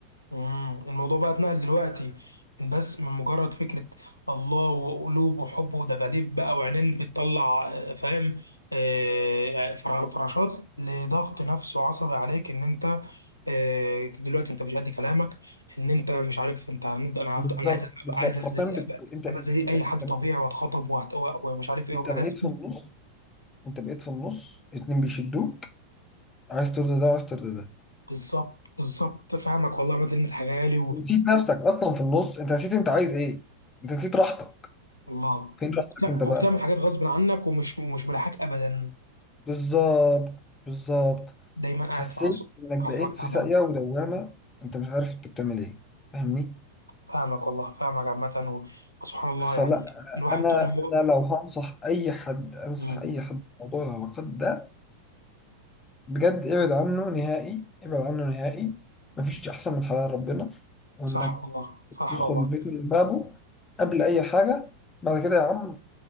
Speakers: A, on the left (about 85°); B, on the left (about 20°).
A: مم. الموضوع بقى اتنقل دلوقتي من بس من مجرد فكرة الله وقلوب وحب ودباديب بقى وعينين بتطلع آه، فاهم آه، فر- فراشات لضغط نفسي وعصبي عليك ان انت آه، دلوقتي انت مش قد كلامك ان انت مش عارف انت هنفضل انا
B: بالظبط
A: هفضل انا عايز أبقى-
B: بالظبط
A: عايز
B: حرفيا
A: ابقى
B: بت... انت انت
A: أبقى زي اي
B: انت انت
A: حد طبيعي واتخطب وأت- ومش عارف ايه
B: انت
A: وابقى
B: بقيت
A: رسمي
B: في النص انت بقيت في النص اتنين بيشدوك عايز ترضي ده وعايز ترضي ده
A: بالظبط بالظبط فاهمك والله يا مدلن الحاجه لي
B: نسيت نفسك اصلا في النص انت نسيت انت عايز ايه انت نسيت راحتك
A: والله
B: فين راحتك
A: وبت-
B: انت بقى
A: وبتعمل حاجات غصب عنك ومش ومش مريحاك ابدا
B: بالظبط بالظبط
A: دايما قاعد
B: حسيت
A: في عص-
B: انك
A: اعصابك
B: بقيت
A: تعبان
B: في ساقية ودوامة انت مش عارف انت بتعمل ايه فاهمني
A: فاهمك والله فاهمك عامة و- وسبحان الله
B: فلا
A: يعني الواحد
B: انا
A: طول ما هو
B: انا لو هنصح اي حد انصح
A: مم.
B: اي حد في موضوع العلاقات ده بجد ابعد عنه نهائي ابعد عنه نهائي مفيش احسن من حلال ربنا وانك
A: صح والله صح
B: تدخل
A: والله
B: البيت من بابه قبل اي حاجة بعد كده يا عم